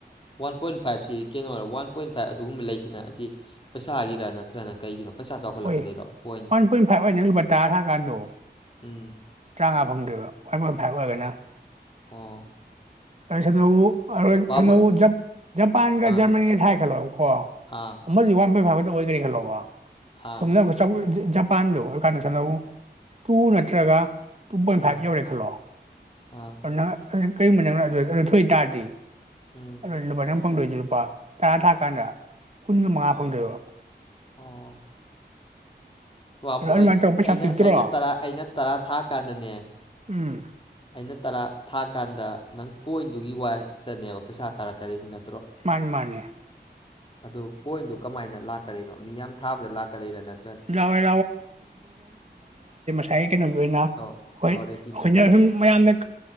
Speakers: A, on the left (about 30°); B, on the right (about 40°).
A: ꯋꯥꯟ ꯄꯣꯏꯟ ꯐꯥꯏꯚ ꯁꯤ ꯀꯩꯅꯣꯔ ꯋꯥꯟ ꯄꯣꯏꯟ ꯐꯥꯏꯕ ꯑꯗꯨꯒꯨꯝꯕ ꯂꯩꯁꯤꯅ ꯑꯁꯤ ꯄꯩꯁꯥꯒꯤꯔꯥ ꯅꯠꯇ꯭ꯔꯒꯅ ꯀꯩꯒꯤꯅꯣ ꯄꯩꯁꯥ ꯆꯥꯎꯈꯠꯂꯛꯀꯗꯣꯏꯔꯣ
B: ꯍꯣꯏ
A: ꯄꯣꯏꯟꯒꯤ
B: ꯋꯥꯟ ꯄꯣꯏꯟ ꯐꯥꯏꯚ ꯑꯣꯏꯗꯤ ꯅꯪ ꯂꯨꯄꯥ ꯇꯥꯔ ꯊꯔꯀꯥꯟꯗꯨ
A: ꯎꯝ
B: ꯇ꯭ꯔꯥꯉꯥ ꯐꯪꯗꯣꯏꯕ ꯋꯥꯟ ꯄꯣꯏꯟ ꯐꯥꯏꯐ ꯑꯣꯏꯔꯒꯅ
A: ꯑꯣ
B: <unintelligible>
A: ꯕꯥꯕꯨ
B: ꯁꯝꯅꯕꯨ
A: ꯑꯩ
B: ꯖꯄꯥꯟꯒ
A: ꯑꯥ
B: ꯖꯔꯃꯅꯤꯒ ꯊꯥꯏ ꯈꯜꯂꯣꯕꯀꯣ
A: ꯑꯥ
B: ꯑꯃꯗꯤ ꯋꯥꯟ ꯄꯣꯏꯟ ꯐꯥꯏꯚ ꯑꯗꯨꯝ ꯑꯣꯏꯒ꯭ꯔꯦ ꯈꯜꯂꯣꯕ
A: ꯑꯥ
B: ꯁꯣꯝꯅꯒ ꯆ <unintelligible> ꯃꯄꯥꯟꯗꯣ ꯍꯧꯂꯀꯥꯟꯗ ꯁꯥꯟꯅꯧ ꯇꯨ ꯅꯠꯇ꯭ꯔꯒ ꯇꯨ ꯄꯣꯏꯟ
A: ꯎꯝ
B: ꯐꯥꯏꯚ ꯌꯧꯔꯦ ꯈꯜꯂꯣ
A: ꯑꯥ
B: ꯑꯗꯨꯅ ꯀꯔꯤꯒꯨꯝꯕ ꯅꯪꯅ ꯑꯗꯨ ꯊꯣꯛꯏꯇꯥꯥꯔꯗꯤ
A: ꯎꯝ
B: ꯑꯗꯨ ꯂꯨꯄꯥ ꯅꯪ ꯐꯪꯗꯣꯏꯁꯤ ꯂꯨꯄꯥ ꯇꯔꯥ ꯊꯥ ꯀꯥꯟꯗ ꯀꯨꯟꯒ ꯃꯉꯥ ꯐꯪꯗꯣꯏꯕ
A: ꯑꯣ ꯕꯥꯕꯨ
B: ꯑꯗꯣ ꯑꯗꯨꯃꯥꯏꯅ
A: ꯑꯩ
B: ꯇꯧꯔ ꯄꯩꯁꯥ
A: ꯑꯩꯅ
B: ꯄꯤꯛꯇ꯭ꯔꯣ
A: ꯑꯩꯅ ꯇꯔꯥ ꯑꯩꯅ ꯇꯔꯥ ꯊꯥ ꯀꯥꯟꯗꯅꯦ
B: ꯎꯝ
A: ꯑꯩꯅ ꯇꯔꯥ ꯊꯥꯀꯥꯟꯗ ꯅꯪ ꯀꯣꯏꯗꯨꯒꯤ ꯋꯥꯏꯁꯗꯅꯦꯕ ꯄꯩꯁꯥ ꯀꯥꯔꯛꯀꯗꯣꯏꯁꯤꯅ
B: ꯃꯥꯅꯤ ꯃꯥꯅꯤ
A: ꯑꯗꯨ ꯄꯣꯏꯟꯗꯨ ꯀꯃꯥꯏꯅ ꯂꯥꯛꯀꯗꯣꯏꯅꯣ ꯃꯤ ꯌꯥꯝ ꯊꯥꯕꯗ ꯂꯥꯛꯀꯗꯣꯏꯔꯥ ꯅꯠꯇ
B: ꯂꯥꯎꯏ ꯉꯁꯥꯏꯒꯤ ꯀꯩꯅꯣꯒꯤ ꯑꯣꯏꯅ ꯑꯩꯈꯣꯏ
A: ꯑꯣ ꯑꯣ
B: ꯑꯩꯈꯣꯏꯅ
A: ꯔꯦꯇꯤꯡ ꯑꯗꯨꯏꯗꯣ
B: ꯁꯨꯝ ꯃꯌꯥꯝꯅ